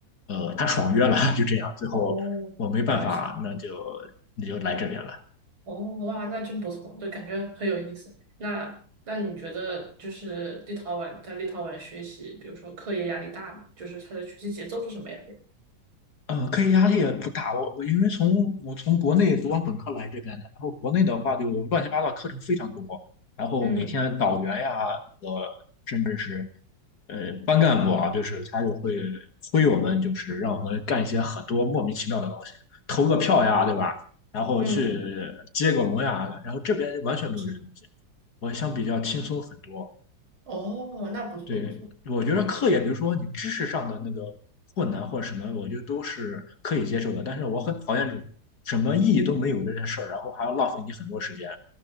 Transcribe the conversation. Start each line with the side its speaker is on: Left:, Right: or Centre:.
Left: 呃，他爽约了，<laughs> 就这样，最后我没办法，
Right: 哦，原来是。
Left: 那就那就来这边了。
Right: 哦，哇，那真不错，就感觉很有意思。那那你觉得就是立陶宛在立陶宛学习，比如说课业压力大吗？就是他的学习节奏是什么样的呀？
Left: 呃，课业压力也不大，我我因为从我从国内读完本科来这边的，然后国内的话就乱七八糟课程非常多，
Right: 嗯
Left: 然后每天导员呀，
Right: 嗯，
Left: 呃，甚至是呃班干部啊，就是他就会催我们，就是让我们干一些很多莫名其妙的东西，投个票呀，对吧？然后去
Right: 嗯，
Left: 接个龙呀，然后这边完全没有这些东西，
Right: 是的
Left: 我相比较轻松很多。
Right: 哦，那不错不错。
Left: 对，我觉得课业，比如说你知识上的那个困难或者什么，我觉得都是可以接受的。但是我很讨厌这种什么意义都没有的这件事儿，然后还要浪费你很多时间。